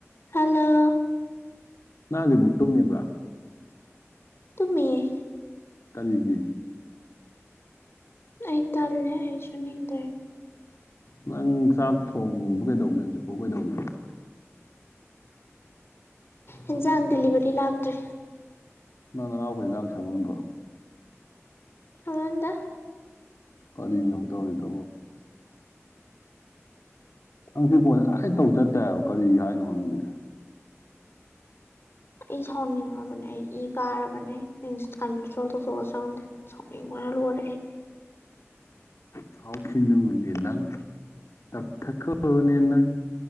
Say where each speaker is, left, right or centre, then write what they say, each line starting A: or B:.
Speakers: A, on the left (about 55°); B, on the left (about 70°).
A: hello
B: ꯅꯥ ꯍꯧꯖꯤꯛꯄꯨ ꯇꯨꯝꯃꯤꯕ꯭ꯔꯥ
A: ꯇꯨꯝꯃꯤꯌꯦ
B: ꯀꯔꯤꯒꯤ
A: ꯑꯩ ꯇꯜꯂꯦ ꯑꯩ ꯁꯨꯨꯅꯤꯡꯗ꯭ꯔꯦ
B: ꯅꯪ ꯆꯥꯛ ꯊꯣꯡꯕ ꯀꯩꯗꯧꯒꯦ ꯍꯧꯖꯤꯛꯐꯥꯎ ꯀꯩꯗꯧꯔꯤꯒꯦ
A: ꯑꯦꯟꯁꯥꯡ ꯗꯤꯂꯤꯚꯔꯤ ꯂꯥꯛꯇ꯭ꯔꯤ
B: ꯅꯪ ꯅꯅꯥꯎꯄ ꯏꯟꯁꯥꯡ ꯁꯦꯝꯂꯝꯗ꯭ꯔꯣ
A: ꯁꯦꯝꯍꯜꯗꯦ
B: ꯀꯔꯤꯅꯣꯕ ꯇꯧꯔꯤꯗꯨꯕꯣ ꯅꯪꯁꯤ ꯐꯣꯟ ꯉꯁꯥꯢ ꯇꯧ ꯆꯠꯇꯦ ꯍꯥꯢꯕ ꯀꯔꯤ ꯍꯥꯏꯅꯣ ꯈꯪꯗꯦ
A: ꯑꯩ ꯁꯥꯎꯅꯤꯡꯉꯕꯅꯦ ꯑꯩ ꯏ ꯀꯥꯔꯕꯅꯦ ꯏꯟꯁꯇ ꯎꯟꯁ꯭ꯇꯣꯜ ꯇꯧꯊꯣꯛꯑꯁꯤꯔ ꯈꯪꯗꯦ ꯁꯥꯎꯅꯤꯡꯕ ꯑꯩ ꯂꯣꯔꯦ ꯑꯩ
B: ꯁꯥꯎ ꯈꯤꯅꯨꯅꯦ ꯅꯪ ꯇꯞꯊꯈꯣꯅꯦ ꯅꯪ